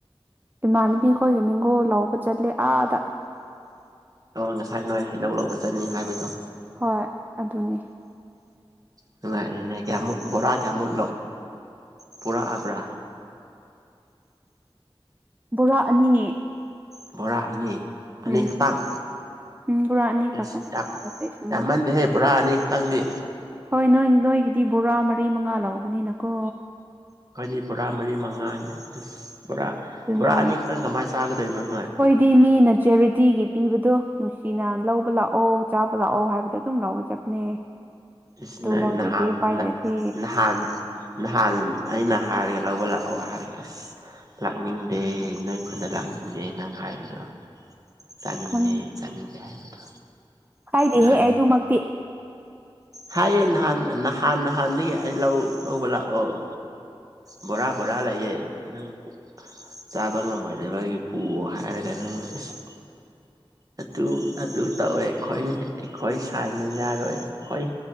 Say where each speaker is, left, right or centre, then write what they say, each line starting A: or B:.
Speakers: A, on the right; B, on the right.
A: ꯏꯃꯥꯟꯅꯕꯤ ꯈꯣꯏꯒ ꯃꯦꯡꯒꯣ ꯂꯧꯕ ꯆꯠꯂꯦ ꯑꯥꯗ
B: ꯉꯁꯥꯏ ꯅꯣꯏ ꯍꯩꯅꯧ ꯂꯧꯕ ꯆꯠꯅꯤ ꯍꯥꯏꯕꯗꯣ
A: ꯍꯣꯏ ꯑꯗꯨꯅꯤ
B: ꯅꯨꯡꯉꯥꯏꯔ‌ꯦꯅꯦ ꯀꯌꯥꯃꯨꯛ ꯕꯣꯔꯥ ꯀꯌꯥꯃꯨꯛ ꯄꯨꯔꯛꯑꯕ꯭ꯔꯥ
A: ꯕꯣꯔꯥ ꯑꯅꯤ
B: ꯕꯣꯔꯥ ꯑꯅꯤ ꯑꯅꯤ
A: ꯎꯝ
B: ꯈꯇꯥꯡ
A: ꯎꯝ ꯕꯣꯔꯥ ꯑꯅꯤ ꯈꯛꯇꯅꯦ
B: ꯢꯁ ꯌꯥꯝꯃꯟꯗꯦ
A: ꯅꯝꯗꯣ
B: ꯍꯦ ꯕ‌ꯣꯔꯥ ꯑꯅꯤ ꯈꯛꯇꯪꯗꯤ
A: ꯍꯣꯏ ꯅꯣꯏ ꯅꯣꯏꯒꯤꯗꯤ ꯕꯣꯔꯥ ꯃꯔꯤ ꯃꯉꯥ ꯂꯧꯕꯅꯤꯅꯀꯣ
B: ꯑꯩꯈꯣꯏꯗꯤ ꯕꯣꯔꯥ ꯃꯔꯤ ꯃꯉꯥꯅꯤ ꯑꯁ ꯕꯣꯔꯥ
A: ꯑꯗꯨꯅꯦ
B: ꯕꯣꯔꯥ ꯑꯅꯤ ꯈꯛꯇꯪ ꯀꯃꯥꯏꯅ ꯆꯥꯒꯗꯣꯏꯅꯣ ꯅꯣꯏ
A: ꯁꯤꯗꯤ ꯃꯤꯅ ꯆꯦꯔꯤꯇꯤꯒꯤ ꯄꯤꯕꯗꯣ ꯅꯨꯡꯁꯤꯅ ꯂꯧꯕ ꯂꯥꯛꯑꯣ ꯆꯥꯕ ꯂꯥꯛꯑꯣ ꯍꯥꯏꯕꯗꯣ ꯑꯗꯨꯝ ꯂꯧꯕ ꯆꯠꯄꯅꯦ <inaudible>
B: ꯏꯁ ꯅ‌ꯣꯏ
A: ꯂꯧꯗ꯭ꯔꯗꯤ
B: ꯅꯍꯥꯟ
A: ꯎꯄꯥꯏ
B: ꯅ
A: ꯂꯩꯇꯦ
B: ꯅꯍꯥꯟ ꯅꯍꯥꯟ ꯑꯩꯅ ꯍꯥꯏꯔꯒ ꯂꯧꯕ ꯂꯥꯛꯑꯣ ꯍꯥꯏꯔꯒ ꯑꯁ ꯂꯥꯛꯅꯤꯡꯗꯦ ꯅꯣꯏ ꯈꯨꯟꯗ ꯂꯥꯛꯅꯤꯡꯗꯦ ꯅꯪ ꯍꯥꯏꯕꯗꯣ ꯆꯥꯅꯤꯡꯗꯦ
A: ꯈꯪ
B: ꯆꯥꯅꯤꯡꯗꯦ ꯍꯥꯏꯕꯗꯣ
A: ꯍꯥꯏꯗꯦꯍ‌ꯦ
B: ꯅꯍꯥꯟ
A: ꯑꯩ ꯑꯗꯨꯃꯛꯇꯤ
B: ꯍꯥꯏꯌꯦ ꯅꯍꯥꯟ ꯅꯍꯥꯟ ꯅꯍꯥꯟꯗꯒꯤ ꯑꯩ ꯂꯧ ꯂꯧꯕ ꯂꯥꯛꯑꯣ ꯕꯣꯔꯥ ꯕꯣꯔꯥ ꯂꯩꯌꯦ ꯅꯪ ꯆꯥꯕ ꯉꯝꯃꯣꯏꯗꯕꯒꯤ ꯄꯨꯋꯣ ꯍꯥꯏꯔꯒ ꯅꯪꯅ ꯢꯁ ꯑꯗꯨ ꯑꯗꯨ ꯇꯧꯋꯦ ꯑꯩꯈꯣꯏ ꯑꯩꯈꯣꯏ ꯁꯥꯏꯅ ꯌꯥꯔꯣꯏ ꯑꯩꯈꯣꯢ